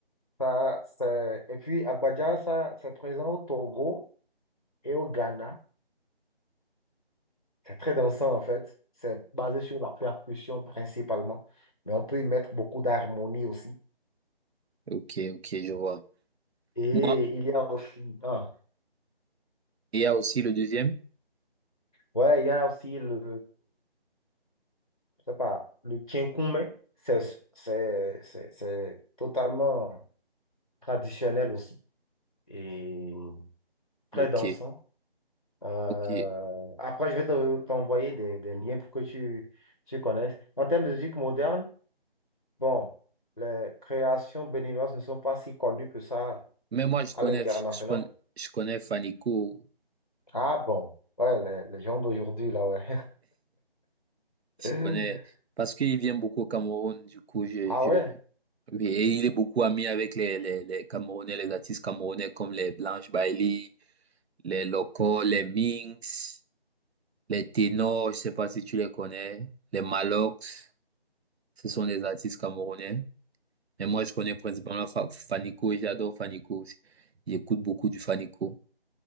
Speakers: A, on the left; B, on the right.
A: ça, c'est- et puis, Agbaja, ça, c'est présent au Togo et au Ghana. C'est très dansant, en fait. C'est basé sur la percussion principalement. Mais on peut y mettre beaucoup d'harmonie aussi.
B: Ok, ok, je vois.
A: Et
B: Moi,
A: il y a aussi, ah,
B: il y a aussi le deuxième.
A: ouais, il y a aussi le je sais pas, le kinkume, c'est c'est- c'est- c'est totalement traditionnel aussi et très
B: Ok,
A: dansant. Euh,
B: ok.
A: après, je vais te- t'envoyer des, des liens pour que tu, tu connaisses. En termes de musique moderne, bon, les créations béninoises ne sont pas si connues que ça
B: Mais moi, je
A: à
B: connais,
A: l'international.
B: je je connais, je connais Fanico.
A: Ah bon, ouais, les, les gens d'aujourd'hui, là, ouais.
B: Je
A: <laughs>
B: connais, parce qu'il vient beaucoup au Cameroun, du coup, je,
A: Ah
B: je,
A: ouais.
B: oui, et il est beaucoup ami avec les, les, les Camerounais, les artistes camerounais comme les Blanche Bailey, les Locos, les Minx, les Ténors, je sais pas si tu les connais, les Malox, ce sont des artistes camerounais. Mais moi, je connais principalement Fa- Fanico, et j'adore Fanico aussi. J'écoute beaucoup du Fanico.